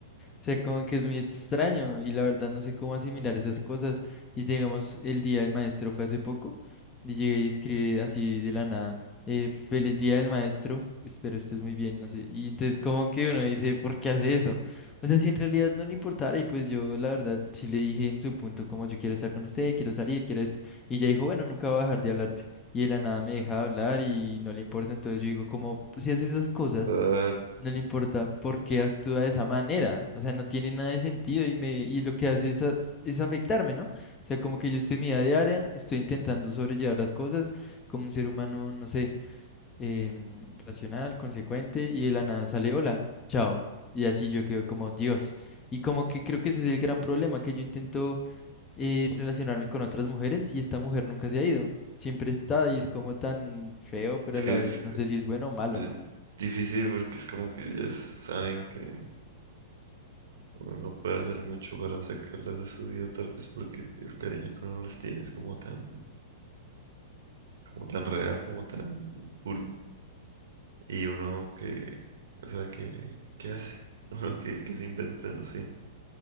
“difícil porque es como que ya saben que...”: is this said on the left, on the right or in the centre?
Right